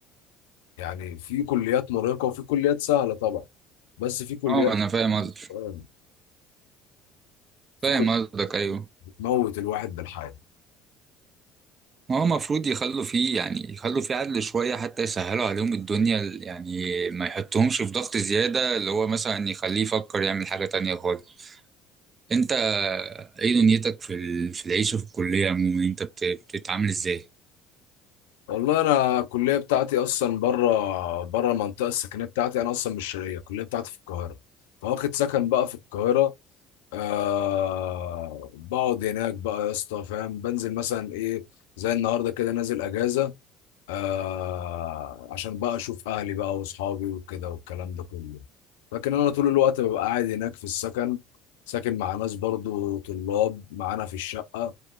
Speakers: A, on the left; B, on the right.
A: يعني في كليات مرهقة وفي كليات سهلة طبعا بس في كليات
B: اه ما انا فاهم قصدك
A: آه، في
B: فاهم
A: كليات
B: قصدك ايوه
A: بتموت الواحد بالحياة
B: هو المفروض يخلوا فيه يعني يخلوا فيه عدل شوية حتى يسهلوا عليهم الدنيا يعني ما يحطهمش في ضغط زيادة اللي هو مثلا يخليه يفكر يعمل حاجة تانية خالص انت ايه دنيتك في ال... في العيشة في الكلية عموما انت بت... بتتعامل ازاي
A: والله انا الكلية بتاعتي اصلا بره بره المنطقة السكنية بتاعتي انا اصلا مش شرقية الكلية بتاعتي في القاهرة فواخد سكن بقى في القاهرة آه بقعد هناك بقى يا اسطى فاهم بنزل مثلا ايه زي النهارده كده نازل اجازه آه عشان بقى اشوف اهلي بقى واصحابي وكده والكلام ده كله لكن انا طول الوقت ببقى قاعد هناك في السكن ساكن مع ناس برضو طلاب معانا في الشقه